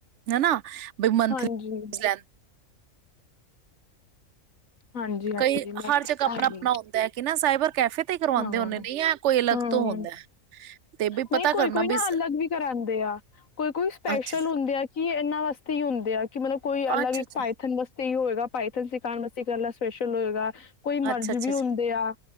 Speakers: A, on the right; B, on the left.
A: ਹਨਾ ਬਈ ਮੰਥਲੀ
B: ਹਾਂਜੀ,
A: ਲੈਂ
B: ਹਾਂਜੀ-ਹਾਂਜੀ
A: ਕਈ
B: ਮੈਂ
A: ਹਰ
B: ਪੁੱਛਾਂਗੀ
A: ਜਗ੍ਹਾ ਆਪਣਾ ਆਪਣਾ ਹੁੰਦਾ ਹੈ ਕਿ ਨਾ ਸਾਈਬਰ ਕੈਫੇ ਤੇ ਕਰਵਾਉਂਦੇ
B: ਹਾਂ
A: ਹੁੰਦੇ ਨੇ ਜਾਂ ਕੋਈ ਅਲੱਗ
B: ਹੂੰ
A: ਤੋਂ ਹੁੰਦਾ ਹੈ? ਤੇ ਵੀ
B: ਨਹੀਂ
A: ਪਤਾ
B: ਕੋਈ,
A: ਕਰਨਾ
B: ਕੋਈ ਨਾ
A: ਸ-
B: ਅਲੱਗ ਵੀ ਕਰਾਦੇ ਆ ਕੋਈ ਕੋਈ ਸਪੈਸ਼ਲ
A: ਅੱਛਾ
B: ਹੁੰਦੇ ਆ ਕਿ ਇਹਨਾਂ ਵਾਸਤੇ ਹੀ ਹੁੰਦੇ ਆ ਕਿ ਮਤਲਬ ਕੋਈ ਅਲਗ
A: ਅੱਛਾ
B: ਇੱਕ
A: ਅੱਛਾ
B: ਪਾਇਥਨ ਵਸਤ ਤੇ ਹੀ ਹੋਏਗਾ ਪਾਇਥਨ ਸਿਖਾਨ ਵਾਸ ਕੱਲਾ ਸਪੈਸ਼ਲ ਹੋਏਗਾ। ਕੋਈ ਮਰਜ਼
A: ਅੱਛਾ ਅੱਛਾ
B: ਵੀ
A: ਅੱਛਾ
B: ਹੁੰਦੇ ਆ